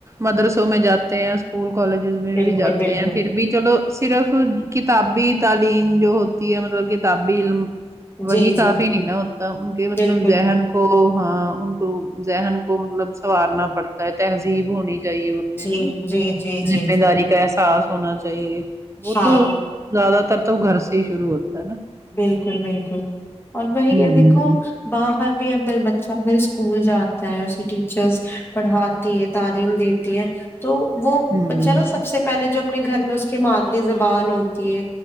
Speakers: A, on the right; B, on the left.
A: مدرسوں میں جاتے ہیں اسکول کالجز میں
B: بالکل
A: بھی جاتے
B: بالکل
A: ہیں پھر بھی چلو پھر صرف کتابی تعلیم جو ہوتی ہے مطلب کتابی علم وہی
B: جی جی
A: کافی نہیں نا اتنا ان کے مطلب
B: بالکل
A: ذہن کو ہاں ان کو ذہن کو مطلب سنوارنا پڑتا ہے تہذیب ہونی چاہیے ا
B: جی جی جی جی
A: ذمہ داری کا ایسا احساس ہونا چاہیے وہ
B: ہاں
A: تو زیادہ تر تو گھر سے ہی شروع ہوتا ہے نا
B: بالکل بالکل اور بولے
A: ہ
B: یہ دیکھو باہر بھی ب بچہ اگر اسکول جاتا ہے اسے ٹیچرس پڑھات تعلیم دیتی ہے تو وہ
A: ہ ہ
B: بچہ نا سب سے پہلے جو اپنے گھر میں اس کی مادری زبان ہوتی ہے